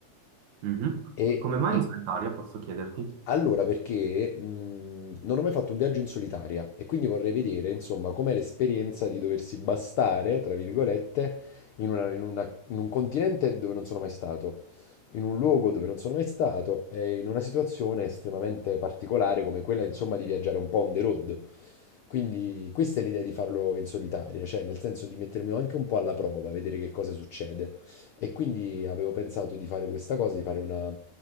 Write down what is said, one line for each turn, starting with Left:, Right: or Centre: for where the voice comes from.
Right: Mhm.
Left: E,
Right: Come mai
Left: e
Right: in solitaria, posso chiederti?
Left: allora, perché mh, non ho mai fatto un viaggio in solitaria e quindi vorrei vedere, insomma, com'è l'esperienza di doversi bastare, tra virgolette, in una- in una- in un continente dove non sono mai stato, in un luogo dove non sono mai stato e in una situazione estremamente particolare come quella, insomma, di viaggiare un po' on the road. Quindi questa è l'idea di farlo in solitaria, cioè nel senso di mettermi anche un po' alla prova, vedere che cosa succede. E quindi avevo pensato di fare questa cosa, di fare una,